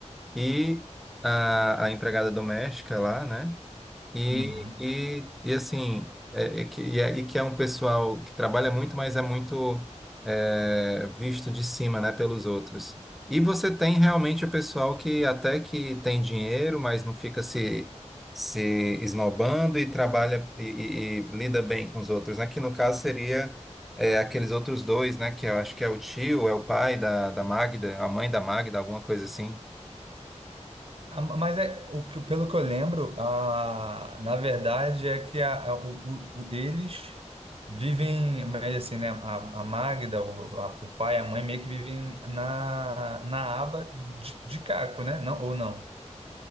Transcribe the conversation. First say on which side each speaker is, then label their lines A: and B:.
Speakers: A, in the centre; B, on the right (about 50°).
A: e a, a empregada doméstica lá, né? E,
B: Uhum.
A: e, e assim, é, é que, e, é, e que é um pessoal que trabalha muito, mas é muito é, visto de cima, né, pelos outros. E você tem realmente o pessoal que até que tem dinheiro, mas não fica se, se esnobando e trabalha e, e- e lida bem com os outros, né? Que no caso seria é, aqueles outros dois, né? Que eu acho que é o tio, é o pai da, da Magda, a mãe da Magda, alguma coisa assim.
B: Ah, Mas é, o que- pelo que eu lembro, a, na verdade é que a, a- o, o- o- eles vivem, mas assim, né? A, a Magda, o, a- o pai e a mãe meio que vivem na, na aba de, de Caco, né? Não, ou não?